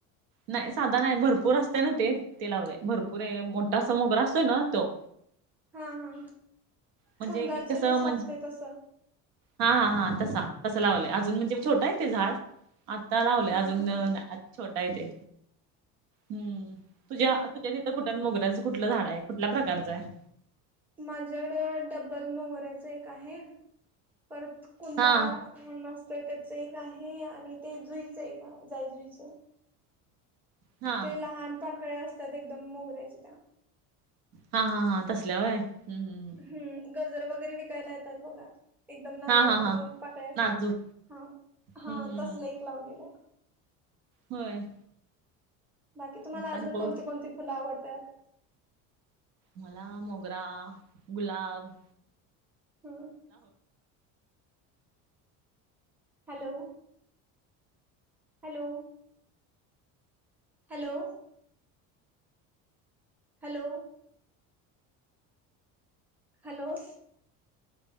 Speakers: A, on the right; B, in the centre.
A: नाही साधा नाही भरपूर असतय ना ते, ते लावले भरपूर आहे मोठा असा मोगरा असतो ना तो.
B: हा हा,
A: म्हणजे
B: कुंदाचे
A: एक एक कसं
B: जसं
A: म्हणजे
B: असतंय तसं.
A: हा हा हा, तसा तसं लावलंय अजून म्हणजे
B: हा
A: छोटं आहे ते झाड आता लावलंय
B: हा
A: अजून
B: हा
A: नाय. छोटा आहे ते हम्म, तुझ्या तुझ्या तिथं कुठ त मोगऱ्याचं कुठलं झाड आहे, कुठल्या प्रकारचं आहे?
B: माझ्याकडं डब्बल मोगऱ्याच एक आहे, परत कुंदा
A: हा
B: म्हणून असतयं त्याच एक आहे, आणि ते जुईचं एक जाईजुईचं.
A: हा
B: ते लहान पाकळ्या असतात, एकदम मोगऱ्याच्या त्या.
A: हा हा हा, तसल्या होय. हम हम ह.
B: हम्म, गजर वगैरे विकायला येतात बघा. एकदम नाजूक
A: हा हा हा
B: पाकळ्या असतात,
A: नाजूक
B: हा
A: हम्म
B: हा तसल एक लावलेलं आहे.
A: होय.
B: बाकी तुम्हाला
A: आता आणि
B: अजून
A: पाऊस
B: कोणती कोणती फुलं आवडतात?
A: मला मोगरा, गुलाब
B: हम्म. Hello. Hello. Hello. Hello. Hello!